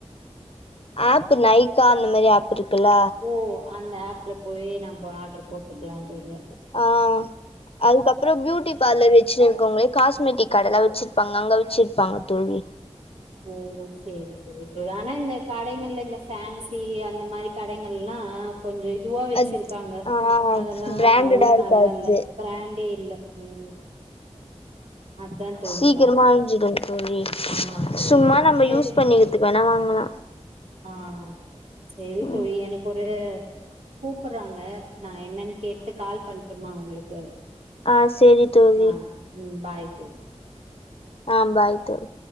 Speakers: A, on the left; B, on the right.
A: ஆப் நைகா அந்த மாரி ஆப் இருக்குல்ல
B: ஓ அ அந்த ஆப்ல போய் நம்ம ஆடுரு போட்டு கிலான்ரிங்க
A: ஆ அதுக்கப்புற பியூட்டி பார்லர் வச்சிருக்கோங்க காஸ்மெட்டிக் கடெலாம் வச்சிருக் பாங்க அங்க வச்சிருப்பாங்க தோழி
B: ஓ சேரி சேரி ஆனா இந்த கடைங்கள்ல இந்த ஃபேன்சி அந்த மாரி கடைங்கள்லா கொஞ்ச இதுவா வச்சிருக்காங்க
A: அது ஆ
B: அதெல்லா
A: பிராண்டடா
B: அவ்ளோ
A: இருக்காது
B: நல்லா இல்ல பிராண்டே இல்ல ம் அதா தோழி
A: சீக்கிரமா
B: பாக்குறே
A: அயிஞ்சிடும் தோழி
B: ஆமா தோழி
A: சும்மா நம்ம
B: சேரி
A: யூஸ் பண்ணிக்கிறதுக்கு வேணா வாங்கலா
B: ஆ செரி
A: ம்
B: தோழி எனக்கு ஒரு கூ ப்டறாங்க நான் என்னன்னு கேட்டு கால் பண்டு ஆமா உங்களுக்கு
A: ஆஹ் செரி தோழி
B: ஆ ம் பாய் தோழி
A: ஆஹ் பாய் தோழி